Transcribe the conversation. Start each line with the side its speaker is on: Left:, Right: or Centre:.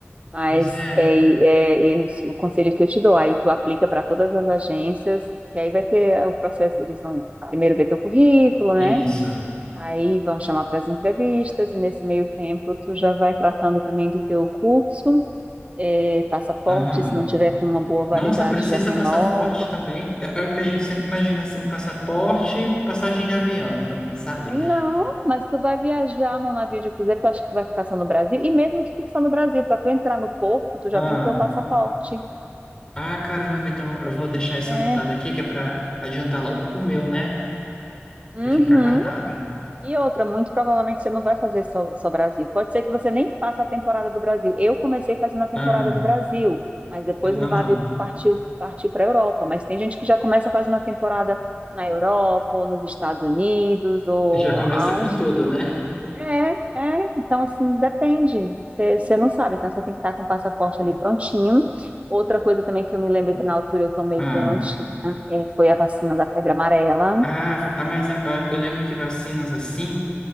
Right: Mas
Left: Pois é,
Right: é, é, é o o conselho que eu te dou, aí tu aplica para todas as agências, que aí vai ter o processo, eles vão primeiro ver teu currículo, né?
Left: isso.
Right: Aí vão chamar para as entrevistas, e nesse meio tempo tu já vai tratando também do teu curso, é, passaporte,
Left: Aham.
Right: se não tiver com uma boa validade,
Left: Nossa, precisa
Right: já renova.
Left: passaporte também. É é o que a gente sempre imagina, assim, passaporte, passagem de avião também, sabe?
Right: Não, mas tu vai viajar num navio de cruzeiro, tu acha que tu vai ficar só no Brasil? E mesmo que fique só no Brasil, para tu entrar no porto, tu
Left: Ah,
Right: já tem que ter o passaporte.
Left: ah, caramba, então eu vou deixar isso
Right: É.
Left: anotado aqui, que é para adiantar logo com o meu, né?
Right: Uhum.
Left: Para ficar guardado.
Right: E outra, muito provavelmente você não vai fazer só, só Brasil. Pode ser que você nem faça a temporada do Brasil. Eu comecei fazendo a temporada
Left: Ah,
Right: do Brasil, mas depois
Left: tá- aham.
Right: o navio partiu, partiu para a Europa. Mas tem gente que já começa fazendo a temporada na Europa, ou nos Estados Unidos, ou
Left: Já começa
Right: aonde
Left: com tudo, né?
Right: É, é, então assim, depende. Você você não sabe, então você tem que estar com o passaporte ali prontinho. Outra coisa também que eu me lembro que na altura eu tomei
Left: Ah,
Right: que eu não tinha, é, foi a vacina da febre amarela.
Left: ah, va- ah, mas ah, ah, eu lembro que vacinas assim,